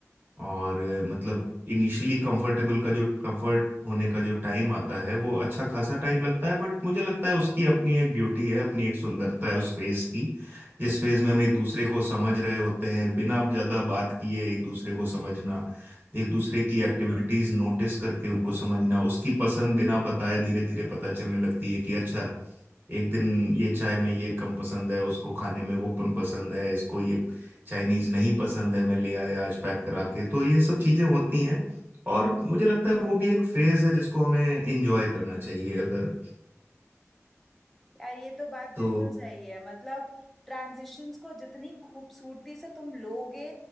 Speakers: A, on the right; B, in the centre.
A: और अ, मतलब इनिशियली कंफर्टेबल का जो कंफर्ट होने का जो टाइम आता है वो अच्छा खासा टाइम लगता है बट मुझे लगता है उसकी अपनी एक ब्यूटी है अपनी एक सुंदरता है उस फेज की जिस फेज में हम एक दूसरे को समझ रहे होते हैं बिना ज्यादा बात किए एक दूसरे को समझना एक दूसरे की एक्टिविटीज नोटिस करके उनको समझना उसकी पसंद बिना बताए धीरे धीरे पता चलने लगती है कि अच्छा एक दिन ये चाय में ये कम पसंद है उसको खाने में वो कम पसंद है इसको ये चाइनीज नहीं पसंद है मैं ले आया आज पैक करा के तो ये सब चीजें होती हैं और मुझे लगता है वो भी एक फेज है जिसको हमें एंजॉय करना चाहिए अगर
B: यार ये तो बात बिल्कुल
A: तो
B: सही है मतलब ट्रांजिशंस को जितनी खूबसूरती से तुम लोगे